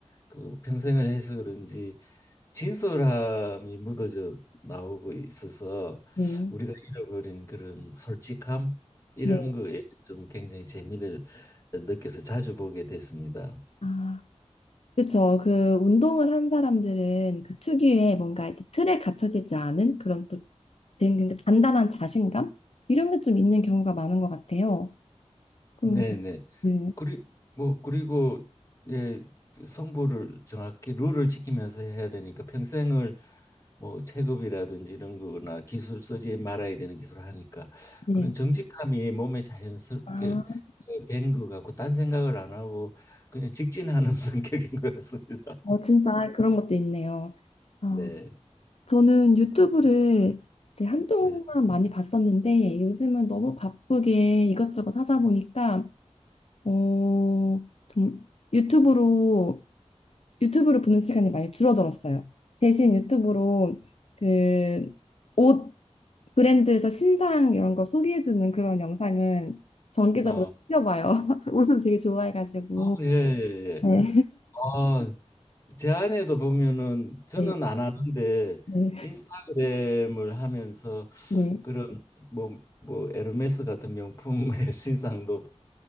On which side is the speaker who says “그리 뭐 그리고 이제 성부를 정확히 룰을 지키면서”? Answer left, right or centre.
Left